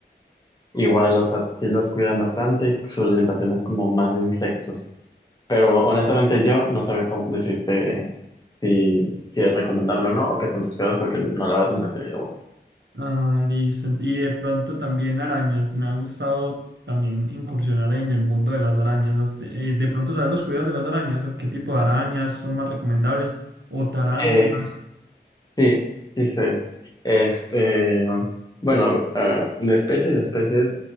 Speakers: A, on the left; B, on the right.
A: igual, o sea, sí los cuidan bastante, su alimentación es como más de insectos, pero honestamente yo no sabría cómo decirte si, si es recomendable o no, o qué tantos cuidados, porque no, la verdad, no he tenido uno.
B: Ah, listo. Y de pronto también arañas. Me ha gustado también incursionar en el mundo de las arañas. Las- eh, de pronto, ¿sabes los cuidados de las arañas? ¿O ¿Qué tipo de arañas son más recomendables? ¿O tarántulas?
A: Eh, Sí, sí sé. Este, bueno, ah, de especies, de especies,